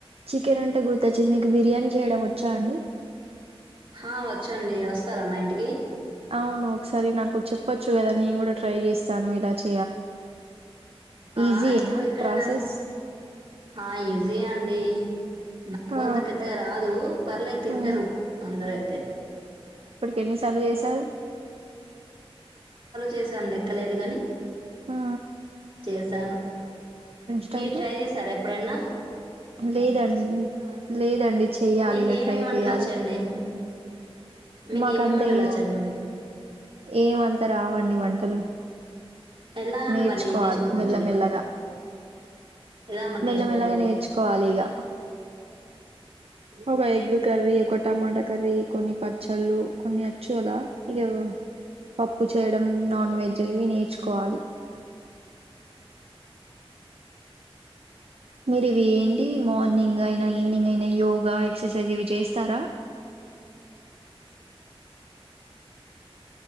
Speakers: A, on the right (about 75°); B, on the right (about 55°).
A: చికెన్ అంటే గుర్తొచ్చింది మీకు బిర్యానీ చేయడం వచ్చా అండి
B: ఆ వచ్చండి వస్తర మా ఇంటికి
A: అవును ఒకసారి నాకు చెప్పొచ్చు కదా నేను గుడా ట్రై చేస్తాను ఎలా చె
B: ఆ
A: ఈజీయేనా
B: ఇప్పుడు ఎక్కడనా
A: ప్రాసెస్
B: ఆ ఈజీ అండి నాకు
A: ఆ
B: అంత పెద్దగా రాదు పర్లే తింటరు
A: ఉమ్
B: అందరైతే
A: ఎన్ని సార్లు చేశారు
B: చేసాం లెక్కలేదు గని
A: ఆ
B: చేసాను.
A: స్టైల్లో
B: మీరు ట్రై చేశారా ఎప్పుడన్నా
A: లేదండి లేదండి చెయ్యాలి
B: మీకు
A: ఇగ
B: ఏమేమి
A: ట్రై
B: వంటలు
A: చేయాలి
B: వచ్చండి మీకు
A: మాకంతా
B: ఏమేమి వంటలు
A: ఏం
B: వచ్చండి మీకు
A: ఏమంతా రావండి వం టలు
B: ఎలా అని
A: నేర్చుకోవాలి
B: మరి నేర్చుకోకుంటే
A: మెల్లమెల్లగా
B: ఎలా మరి
A: మెల్లమెల్లగా
B: నేర్చుకోకుంటే
A: నేర్చుకోవాలి ఇగ ఒక ఎగ్ కర్రీ ఒక టమాటా కర్రీ కొన్ని ప పచ్చళ్ళు కొన్ని వచ్చు అలా ఇగ పప్పు చేయడం నాన్ వెజ్ ఇవి నేర్చుకోవాలి. మీరు ఇవి ఏంటి మార్నింగ్ అయినా ఈవినింగ్ అయినా యోగా ఎక్సర్సైజ్ ఇవి చేస్తారా